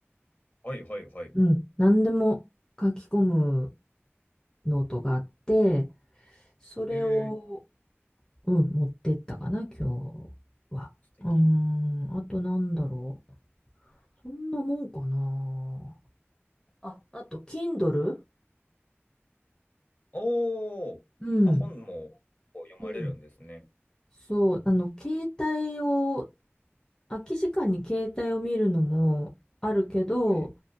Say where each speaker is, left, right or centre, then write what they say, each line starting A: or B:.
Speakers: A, on the left (about 40°); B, on the left (about 15°).
A: はいはいはい。
B: うん。何でも書き込むノートがあって、それを、
A: えー、
B: うん、持ってったかな、今日は。
A: 素敵。
B: うーん、あとなんだろう。そんなもんかな。あ、あと、Kindle?
A: おー、
B: うん。
A: あ、本もこう読まれるんですね。
B: うん。そう、あの、携帯を空き時間に携帯を見るのもあるけど、
A: はい